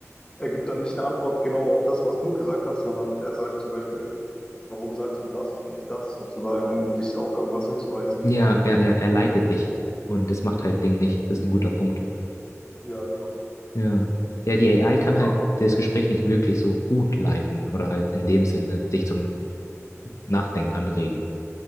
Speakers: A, on the left; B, on the left.
A: er gibt dann nicht eine Antwort genau auf das, was du gesagt hast, sondern er sagt zum Beispiel, warum sagst du das und nicht das sozusagen, um dich auf irgendwas hinzuweisen.
B: Ja, ja, ja, er leitet dich und das macht halt Ding nicht. Das ist ein guter Punkt.
A: Ja, genau.
B: Ja. Ja, die AI kann
A: Und
B: halt
A: auch,
B: das Gespräch nicht wirklich so gut leiten oder halt in dem Sinne dich zum Nachdenken anregen.